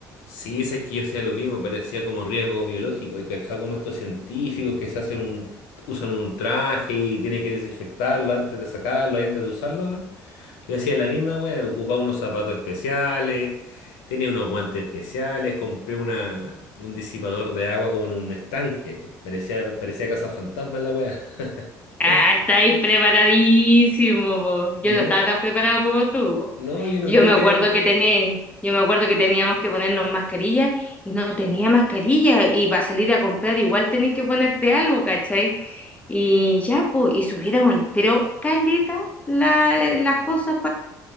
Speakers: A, on the left; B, on the left.
A: Sí, sabes que yo hacía lo mismo, parecía como riesgo biológico. Y cachado como estos científicos que se hacen un, usan un traje y tienen que desinfectarlo antes de sacarlo y antes de usarlo. güey. Yo hacía la misma wea, ocupaba unos zapatos especiales, tenía unos guantes especiales, compré una, un disipador de agua como en un estanque. Parecía, parecía casa fantasma la wea. <laughs>
B: Ah, estáis preparadísimo, po. Yo
A: No,
B: no estaba tan preparado como tú.
A: no, yo no
B: Yo
A: creo
B: me acuerdo
A: que.
B: que tené- yo me acuerdo que teníamos que ponernos mascarilla y no tenía mascarilla y para salir a comprar igual tenés que ponerte algo, ¿cachai? Y ya, pues, y subieron, pero caleta la- las cosas